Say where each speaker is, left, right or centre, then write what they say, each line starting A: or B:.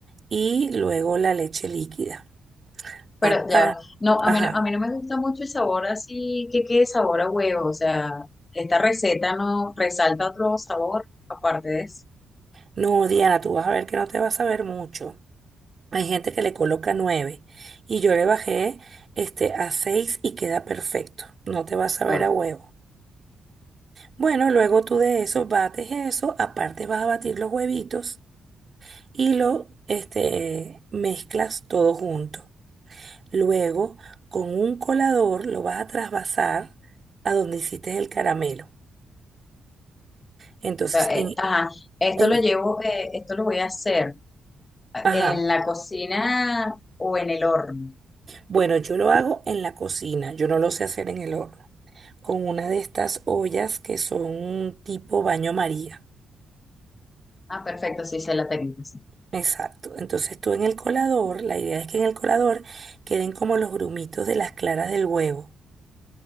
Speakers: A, on the right; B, on the left.
A: y luego la leche líquida. Aparte,
B: Pero ya, no, a
A: ajá.
B: mí no, a mí no me gusta mucho el sabor así que quede sabor a huevo, o sea, esta receta no resalta otro sabor aparte de eso.
A: No, Diana, tú vas a ver que no te vas a ver mucho. Hay gente que le coloca nueve y yo le bajé este a seis y queda perfecto. No te vas a ver
B: O
A: a huevo. Bueno, luego tú de eso bates eso, aparte vas a batir los huevitos y lo este, mezclas todo junto. Luego, con un colador lo vas a trasvasar a donde hiciste el caramelo. Entonces,
B: sea,
A: en,
B: eh, ajá, esto
A: en-
B: lo llevo, eh, esto lo voy a hacer
A: ajá.
B: en la cocina o en el horno.
A: Bueno, yo lo hago en la cocina, yo no lo sé hacer en el horno. Con una de estas ollas que son tipo baño María.
B: Ah, perfecto, sí sé la técnica, sí.
A: Exacto. Entonces tú en el colador, la idea es que en el colador queden como los grumitos de las claras del huevo.